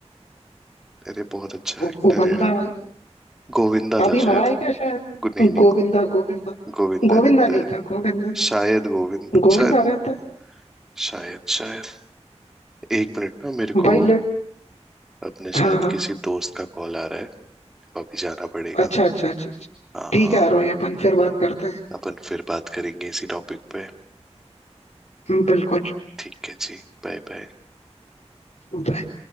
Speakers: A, in the centre; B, on the left (about 85°).
A: अरे बहुत अच्छा
B: वो
A: एक्टर
B: वो बंदा
A: है यार
B: भाई
A: गोविंदा
B: अभी
A: था
B: मरा
A: शायद
B: है क्या शायद
A: गु- नहीं नहीं
B: गोविंदा गोविंदा
A: गोविंदा
B: गोविंदा
A: रहता
B: नहीं
A: है
B: था गोविंदा
A: शायद गोविंद
B: गोविंदा
A: शायद
B: रहता
A: शायद शायद एक मिनट ना मेरे
B: है भाई
A: को
B: लेट
A: अपने
B: हाँ
A: शायद
B: हाँ
A: किसी दोस्त का कॉल आ रहा है तो अभी जाना पड़ेगा
B: अच्छा अच्छा अच्छा अच्छा
A: हाँ
B: ठीक
A: हाँ
B: है यार भाई अपन फिर बात करते
A: अपन फिर बात करेंगे इसी टॉपिक पे
B: हैं बिल्कुल
A: ठीक है जी Bye bye
B: Bye.